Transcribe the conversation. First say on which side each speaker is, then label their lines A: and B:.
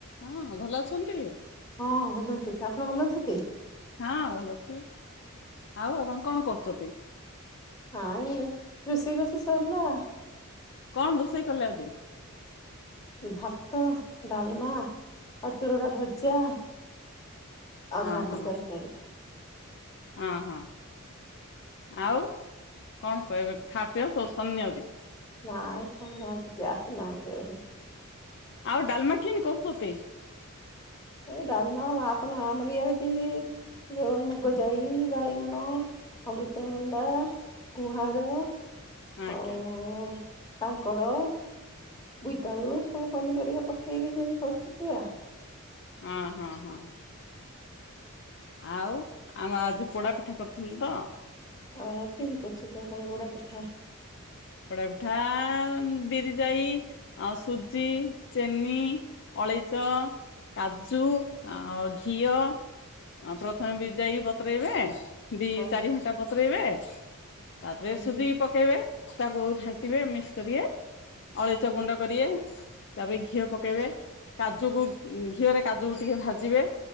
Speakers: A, on the left (about 55°); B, on the left (about 15°).
A: ହଁ ଭଲ ଅଛନ୍ତି?
B: ହଁ ଭଲ ଅଛି ଆପ ଭଲ ଅଛନ୍ତି?
A: ହଁ ଭଲ ଅଛି ଆଉ ଆପଣ କଣ କରୁଚତି?
B: ନାଇଁ ରୋଷେଇ ବାସ ସରିଲା?
A: କଣ ରୋଷେଇ କଲ ଆଜି?
B: ଭାତ ଡାଲମା ଆଉ ତୁରୁଡା ଭଜା ଆଉ
A: ହଁ
B: ଘଣ୍ଟା
A: ହଁ
B: ତରକାରି।
A: ହଁ ହଁ ଆଉ କଣ କହିବେ ଖା ପିଅ ସବୁ ସରନି ଆଉରି।
B: ନାଁ ଖାଇ ନାନ୍ତି କିଏ ଆସି ନାଆନ୍ତି ଆଉରି।
A: ଆଉ ଡାଲମା କିନ୍ତି କରୁଚତି?
B: ଏ ଡଲମା ଆପରେ ଆମରି ଇଆଚିନ୍ତି ଯିନ୍ତି। ଯଉ ମୁଗଜାଇ, ବାଇଗଣ, ଅମୃତଭଣ୍ଡା ଗୁହାଁର
A: ଆଜ୍ଞା
B: ଆଉ କାଙ୍କଡ଼। ବୁଇତାଳୁ ସବୁ ପନିପରିବା ପକେଇକି ଯେମିତି କରୁଚତି ଆ
A: ଅ ହଁ ହଁ। ଆଉ ଆମ ଆଜି ପୋଡା ପିଠା କରିୁଥିଲୁ ତ।
B: ଅ କିନ୍ତି କରୁଚତି ଆପଣ ବୋଡ ପିଠା।
A: ପୋଡା ପିଠା ଆଁ ବିରି ଯାଇ ଆଉ ସୁଜି ଚେନି ଅଳେଇଚ କାଜୁ ଆଉ ଘିଅ ଆ ପ୍ରଥମେ ବିରି ଯାଇକି ବତରେଇବେ। ଦି
B: ହଁ
A: ଚାରି ଘଣ୍ଟା ବତରେଇବେ ତାପରେ
B: ହଁ
A: ସୁଜିକି ପକେଇବେ। ତାକୁ ଘାଟିବେ ମିକ୍ସ କରିଏ ଅଳିଚ ଗୁଣ୍ଡ କରିଏ। ତାପରେ ଘିଅ ପକେଇବେ କାଜୁକୁ ଉ ଘିଅରେ କାଜୁକୁ ଟିକେ ଭାଜିବେ।